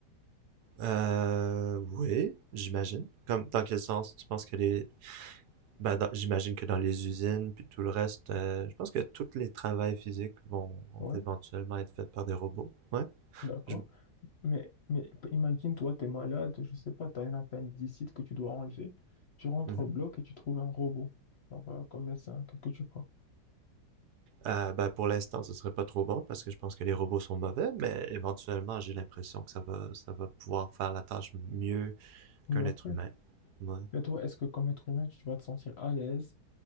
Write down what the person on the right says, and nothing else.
Euh, oui, j'imagine. Comme, dans quel sens tu penses que les... Ben, dans- j'imagine que dans les usines, puis tout le reste, euh, je pense que tous les travails physiques vont, vont
éventuellement être faits par des robots. Ouais.
Je-
mhm.
Euh, ben, pour l'instant, ce serait pas trop bon parce que je pense que les robots sont mauvais, mais éventuellement, j'ai l'impression que ça va, ça va pouvoir faire la tâche mieux
qu'un être
humain. Ouais.